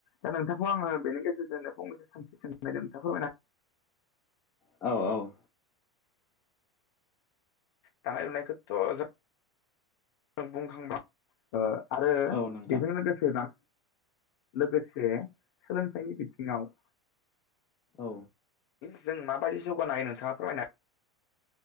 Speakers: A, on the left (about 55°); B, on the left (about 20°).
A: दा नोंथांखौ आङो बेनि गेजेरजोंनो फंनैसो सों सों नायदों नोंथाङा फोरमायना
B: औ औ
A: दानाय लुनायखोथ' जों जों बुंखांबाय ओ आरो
B: औ नोंथां
A: बेजों लोगोसे जा लोगोसे सोलोंथाइनि बिथिङाव
B: औ
A: जों माबायदि जौगानो हायो नोंथाङा फोरमायना